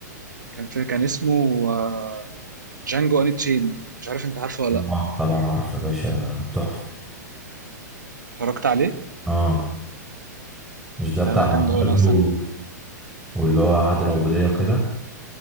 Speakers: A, on the right (about 75°); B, in the centre.
A: كان في كان اسمه آه جانجو اني تشين مش عارف انت عارفه ولا
B: طبعا
A: لا
B: طبعا عارف يا باشا تحفه
A: اتفرجت عليه
B: اه مش ده بتاع
A: لا لا جامد قوي
B: برضه
A: انا اصلا
B: واللي هو عادل العبوديه وكده